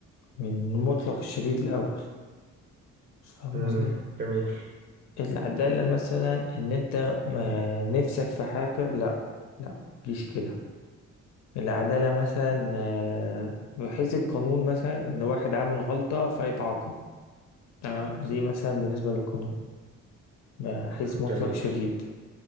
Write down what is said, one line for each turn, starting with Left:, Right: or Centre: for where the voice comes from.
Left: من مطلق الشديد الأول فاهم
Right: امم
Left: قصدي؟
Right: جميل
Left: العدالة مثلا إن أنت ما نفسك في حاجة لأ لأ متجيش كده العدالة مثلا آه، بحيث القانون مثلا إن واحد عمل غلطة فيتعاقب تمام دي مثلا بالنسبة للقانون بحيث مطلق
Right: جميل
Left: شديد